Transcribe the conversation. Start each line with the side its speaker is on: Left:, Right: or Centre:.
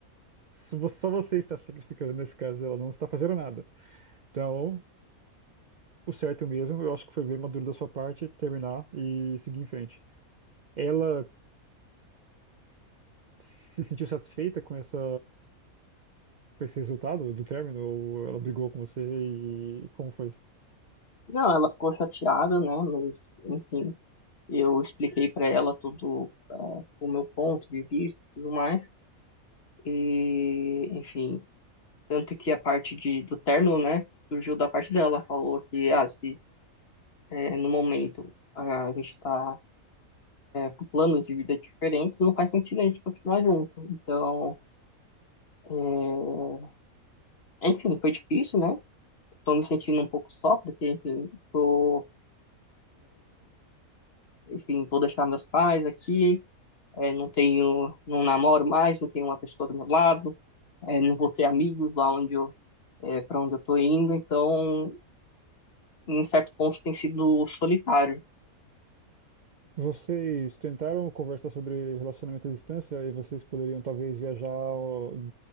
Right: Só vo- só você está se sacrificando nesse caso, ela não está fazendo nada. Então, o certo mesmo, eu acho que foi bem maduro da sua parte terminar e seguir em frente. Ela se sentiu satisfeita com essa, com esse resultado do término? Ou ela brigou com você e como foi?
Left: Não, ela ficou chateada, né? Mas, enfim, eu expliquei para ela todo ah, o meu ponto de vista e tudo mais. E, enfim, tanto que a parte de, do término, né? Surgiu da parte dela, falou que, ah, se eh, no momento ah, a gente está com planos de vida diferentes, não faz sentido a gente continuar junto. Então, é, Enfim, foi difícil, né? Tô me sentindo um pouco só, porque, enfim, tô, enfim, vou deixar meus pais aqui, é, não tenho, não namoro mais, não tenho uma pessoa do meu lado, é, não vou ter amigos lá onde eu, é, para onde eu tô indo, então, em certo ponto, tem sido solitário.
Right: Vocês tentaram conversar sobre relacionamento à distância e vocês poderiam talvez viajar, ó,